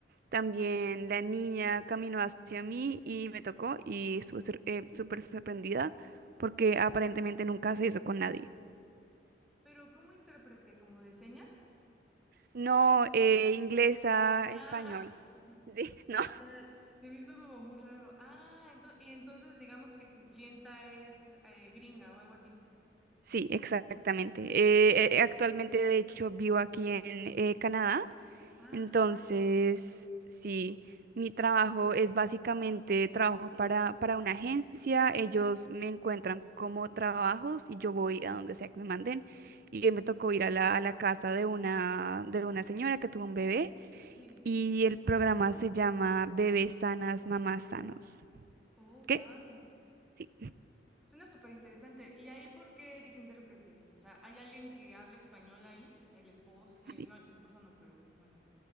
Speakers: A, on the right; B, in the centre.
A: también la niña caminó hacia mí y me tocó y estuve eh, súper sorprendida porque aparentemente nunca se hizo con nadie.
B: Pero ¿cómo intérprete? ¿Como de señas?
A: No, eh, inglesa,
B: Ah,
A: español. Sí,
B: <laughs>
A: <laughs> no.
B: ya, se me hizo como muy raro. Ah, ento- y entonces digamos que tu clienta es eh, gringa o algo así.
A: Sí, exactamente. Eh, eh, actualmente, de hecho, vivo aquí en eh, Canadá.
B: Ah,
A: Entonces, sí, mi trabajo es básicamente trabajo para, para una agencia, ellos me encuentran como trabajos y yo voy a donde sea que me manden. Y hoy me tocó ir a la, a la casa de una, de una señora que tuvo un bebé
B: sí.
A: y el programa se llama Bebés Sanas, Mamás Sanos.
B: Oh,
A: ¿Qué?
B: wow.
A: Sí,
B: Suena súper interesante. ¿Y ahí por qué eres intérprete? O sea, ¿hay alguien que hable español ahí? El esposo,
A: sí.
B: eh, no, el esposo no, pero bueno.